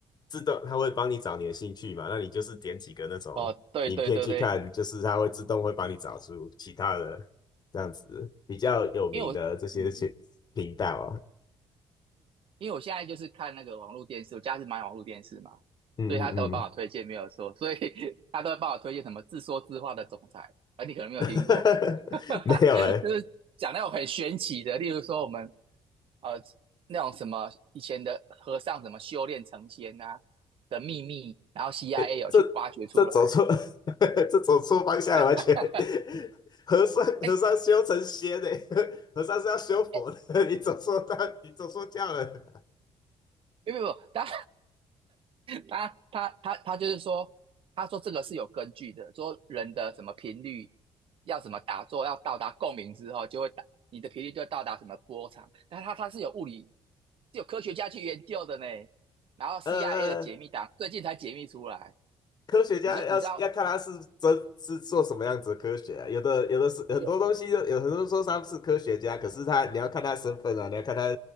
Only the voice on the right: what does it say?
哦，对对对对，
因为我，嗯，
因为我现在就是看那个网络电视，我家是买网络电视嘛，
所以他都会帮我推荐，没有错，所以 <laughs> 他都会帮我推荐什么自说自话的总裁，啊，你可能没有听过，
<laughs>
就是讲那种很玄奇的，例如说我们呃那种什么以前的和尚怎么修炼成仙啊的秘密，然后 CIA
有去挖掘出来。
<laughs>
哎
哎，
没有没有，他他他他他就是说，他说这个是有根据的，说人的什么频率要怎么打坐，要到达共鸣之后，就会打你的频率就会到达什么波长。但他他是有物理，是有科学家去研究的呢。然后 CIA
的解密档最近才解密出来。
你说你知道
有有